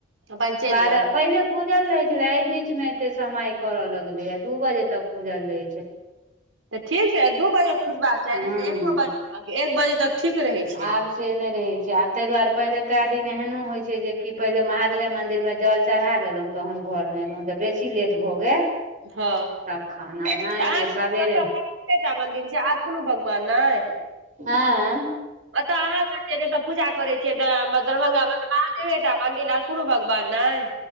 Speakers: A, on the right (about 85°); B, on the right (about 40°).
A: अपन चलि
B: बारह
A: जाउ
B: पहिले खुजल रहे छले एय बीच मे एते समय करल लगले य दू बजे तक खुजल रहे
A: तऽ ठीक छै दू बजे खुजबाक चाही
B: हँ
A: नय तऽ एको बजे तक एक बजे तक ठीक रहै छै
B: आब से नै रहे छै आब ताहि दुआरे पहिलुका दिन एहनो होय छै जे की पहिले महादेवे मंदिर मे जल चढ़ा देलहुँ तहन घरमे एलहुँ जब बेसी लेट भऽ गेल
A: हँ
B: तखन आ नहि
A: तऽ अहाँकेँ
B: जे सबेरे
A: एतऽ कते टा मन्दिर छै आर कोनो भगवान नय
B: आँय
A: ओतऽ अहाँ <unintelligible> पूजा करै छियै दरभंगा म तऽ महादेवेटा मंन्दिर आर कोनो भगवान नय